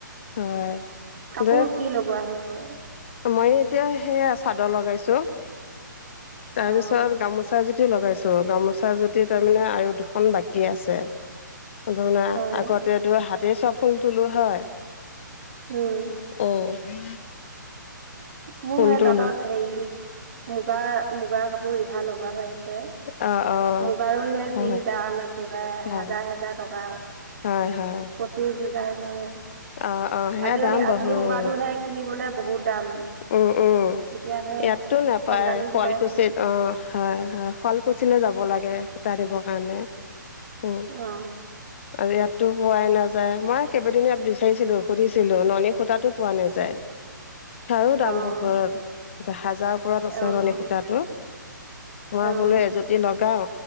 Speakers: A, on the left; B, on the right.
A: হয়।
B: কাপোৰ
A: দে
B: কি লগোৱা হৈছে?
A: মই এতিয়া সেয়া চাদৰ লগাইছো, তাৰপিছত
B: অ
A: গামোচা এ- জুতি লগাইছো গামোচা যুতি তাৰমানে আৰু দুখন বাকী আছে। ফুল‌তো মানে
B: হয়
A: আগতেতো হাতেই চব ফুল তুলো হয়।
B: উম।
A: উম।
B: মোৰ
A: ফুল
B: সেই
A: তোলো
B: তাঁতত হেৰি, মুগাৰ মুগাৰ কাপোৰ ৰিহা লগোৱা হৈ আছে।
A: অ', অ'।
B: মুগাৰু হে
A: হয়
B: যি দাম একেবাৰে
A: হয়
B: হাজাৰ হাজাৰ টকা।
A: হয় হয়।
B: হজাৰ লয়,
A: অ অ সেয়া
B: আজিকালি
A: দাম
B: আচলি
A: বহুত
B: মুগাটোহে কিনিবলৈ বহুত দাম।
A: উম, উম,
B: এতিয়াহে
A: ইয়াতটো নাপায়
B: কম দামী
A: শুৱালকুছিত
B: সূতাই কিনিব লগা হৈছে
A: অ'। হয় হয় শুৱলকুছিলৈ যাব লাগে সূতা আনিবৰ কাৰণে। উম,
B: অ
A: আৰু ইয়াতো পোৱাই নাযায় মই- কেইবদিন ইয়াত বিচাৰিছিলো সুধিছিলো ননী সূতাতো পোৱা নাযায়। সেইবাৰো দাম
B: অ
A: বহুত হাজাৰ ওপৰত আছে
B: অ
A: ননী সূতাটো। মই
B: অ
A: বোলো এজুতি লগাও,